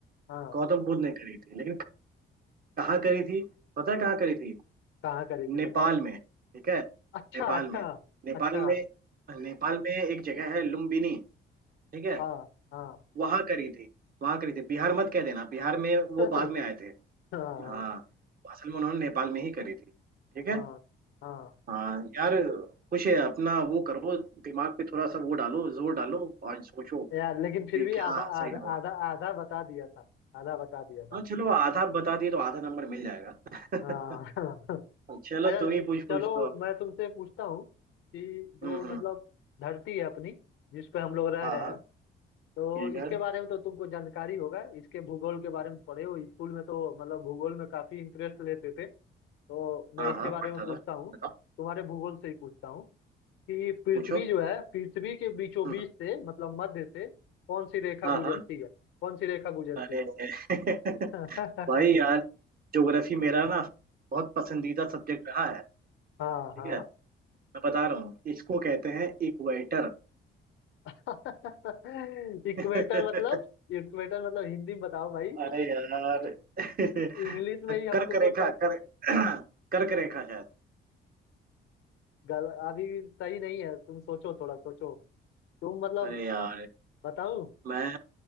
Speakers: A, on the left (about 80°); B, on the right (about 45°).
A: हाँ
B: गौतम बुद्ध ने करी थी लेकिन कहाँ करी थी पता है कहाँ करी थी
A: कहाँ करी थी
B: नेपाल
A: बताओ
B: में ठीक है
A: अच्छा
B: नेपाल
A: अच्छा
B: में नेपाल
A: अच्छा
B: में नेपाल में एक जगह है लुम्बिनी ठीक है
A: हाँ हाँ
B: वहां करी थी वहां करी थी बिहार मत कह देना बिहार में वो
A: <laughs> हाँ
B: बाद में आए थे
A: हाँ
B: हाँ असल में उन्होंने नेपाल में ही करी थी ठीक
A: हाँ
B: है
A: हाँ।
B: हाँ यार कुछ अपना वो करो दिमाग पे थोड़ा सा वो डालो जोर डालो और सोचो
A: यार लेकिन
B: कि
A: फिर भी
B: क्या
A: आधा
B: सही
A: आधा
B: होगा
A: आधा आधा बता दिया था आधा बता दिया था
B: हाँ चलो आधा बता दिए तो आधा नंबर मिल जाएगा
A: हाँ
B: <laughs>
A: <laughs>
B: चलो
A: अच्छा
B: तुम ही पूछ
A: चलो
B: पूछ लो
A: मैं तुमसे पूछता हूँ कि जो
B: हम्म
A: मतलब
B: हम्म
A: धरती है अपनी जिस पे हम लोग रह
B: हाँ
A: रहे हैं
B: हाँ
A: तो
B: ठीक है
A: इसके बारे में तो तुमको जानकारी होगा इसके भूगोल के बारे में तो पढ़े हो स्कूल में तो मतलब भूगोल में काफी इंटरेस्ट लेते थे तो मैं
B: हाँ
A: इसके
B: हाँ
A: बारे
B: पढ़ता
A: में पूछता
B: था
A: हूँ
B: बताओ
A: तुम्हारे भूगोल से ही पूछता हूँ कि पृथ्वी
B: पूछो
A: जो है पृथ्वी के बीचों
B: हम्म
A: बीच
B: हम्म,
A: से मतलब मध्य से कौन सी रेखा
B: हाँ
A: गुजरती
B: हाँ
A: है कौन सी रेखा गुजरती
B: अरे
A: है
B: <laughs>
A: <laughs>
B: भाई
A: हाँ
B: यार ज्योग्राफी मेरा ना बहुत पसंदीदा सब्जेक्ट रहा है
A: हाँ
B: ठीक
A: हाँ
B: है मैं बता रहा हूँ इसको कहते हैं इक्वेटर
A: <laughs> इक्वेटर
B: <laughs>
A: मतलब इक्वेटर मतलब हिंदी में बताओ भाई
B: अरे यार <laughs>
A: तुम इंग्लिश में ही हम
B: कर्क
A: तुमको
B: रेखा
A: सर
B: कर <clears throat> कर्क रेखा शायद
A: गल अभी सही नहीं है तुम सोचो थोड़ा सोचो तुम मतलब
B: अरे यार
A: बताऊं
B: मैं